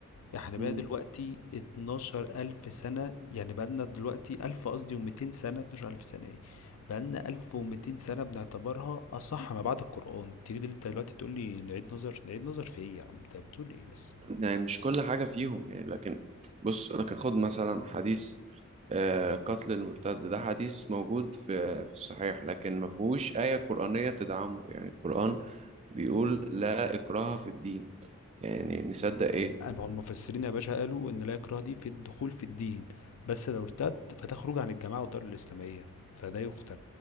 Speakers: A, on the left; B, on the right.
A: احنا بقى
B: مم.
A: دلوقتي 12000 سنة يعني بقى لنا دلوقتي 1000 قصدي و200 سنة 12000 سنة ايه بقى لنا 1200 سنة بنعتبرها أصح ما بعد القرآن تيجي انت دلوقتي تقول لي نعيد نظر نعيد نظر في ايه يا عم انت بتقول ايه بس
B: يعني مش كل حاجة فيهم يعني لكن بص لكن خد مثلا حديث آه، قتل المرتد ده حديث موجود في في الصحيح لكن ما فيهوش آية قرآنية تدعمه يعني القرآن بيقول لا إكراه في الدين يعني نصدق إيه
A: مع المفسرين يا باشا قالوا ان لا اكراه دي في الدخول في الدين بس لو ارتد فتخرج عن الجماعة والدار الإسلامية فده يقتل